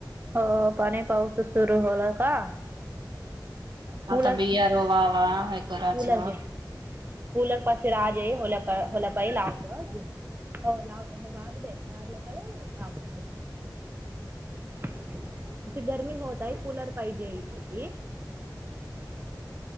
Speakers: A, on the right; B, on the right.
A: हो पाणी पाऊस सुरू होला का?
B: ह्
A: कूलर
B: आता बिया रोवावा कराचवा
A: कूलर घे कूलर पा राजे होल्या पाज लावत हो, लावत हे वारू दे वार कल लावत <inaudible> गरमी होत आहे कूलर पाहिजे इथे <unintelligible>